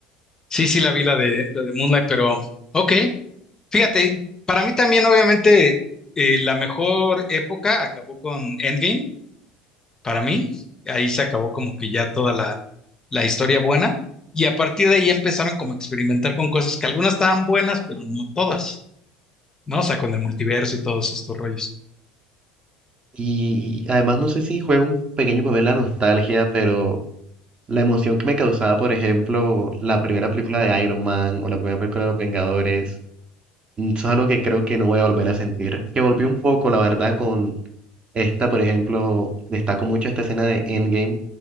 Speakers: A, on the left; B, on the right.
A: Sí, sí, la vi la de, la de Moonlight, pero ok. Fíjate, para mí también, obviamente, eh, la mejor época acabó con Endgame para mí. Ahí se acabó como que ya toda la, la historia buena. Y a partir de ahí empezaron como a experimentar con cosas que algunas estaban buenas, pero no todas, ¿no? O sea, con el multiverso y todos estos rollos.
B: Y además no sé si juega un pequeño papel la nostalgia, pero la emoción que me causaba, por ejemplo, la primera película de Iron Man o la primera película de Los Vengadores. Eso es algo que creo que no voy a volver a sentir. Que volví un poco, la verdad, con esta, por ejemplo, destaco mucho esta escena de Endgame,